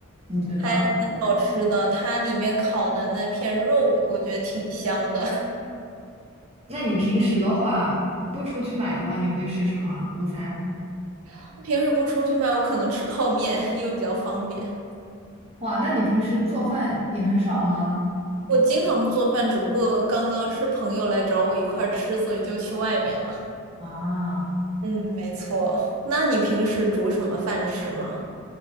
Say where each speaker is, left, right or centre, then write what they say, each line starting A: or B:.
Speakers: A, on the right; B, on the right.
A: 你觉得？
B: 还挺好吃的。它里面烤的那片肉，我觉得挺香的。
A: 那你平时的话，不出去买的话，你会吃什么啊午餐？
B: <laughs> 我平时不出去买，我可能吃泡面，因为比较方便。
A: 哇，那你平时做饭也很少吗？
B: 我经常做饭，只不过刚刚是朋友来找我一块儿吃，所以就去外面了。
A: 啊。
B: 嗯，没错。那你平时煮什么饭吃吗？